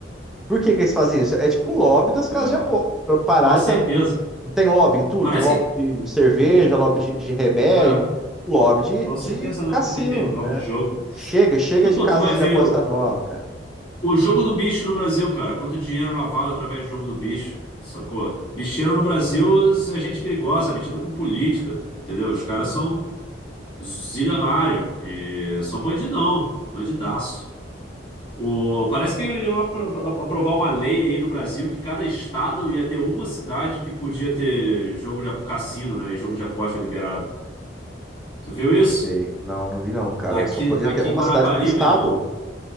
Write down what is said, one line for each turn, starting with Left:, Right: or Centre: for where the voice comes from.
Centre: Por que que eles fazem isso? É tipo o lobby das casas
Left: é.
Centre: de aposta, pra parar
Left: Com certeza.
Centre: de também. Tem lobby em tudo,
Left: Parece
Centre: tem lobby
Left: que
Centre: de, de cerveja, lobby de, de remédio,
Left: É,
Centre: lobby de,
Left: com certeza
Centre: de
Left: não-
Centre: cassino,
Left: também tem nome
Centre: né?
Left: de jogo.
Centre: Chega, chega
Left: Tu,
Centre: de
Left: pô,
Centre: casas
Left: tu vai ver
Centre: de aposta
Left: o,
Centre: nova, cara.
Left: o jogo do bicho no Brasil, cara. Quanto dinheiro lavado através do jogo do bicho, sacou? Bicheiro no Brasil é gente perigosa, metida com política, entendeu?
Centre: Sim,
Left: Os caras são zilionários e são bandidão, bandidaço. O, parece que iam apro- apro- aprovar uma lei aí no Brasil que cada estado ia ter uma cidade que podia ter jogo de ap- cassino, né? E jogo de aposta liberado. Tu viu isso?
Centre: não sei. Não, não vi não, cara.
Left: Aqui,
Centre: Só podia
Left: aqui
Centre: ter uma
Left: em Guarapari,
Centre: cidade por estado.
Left: meu irmão.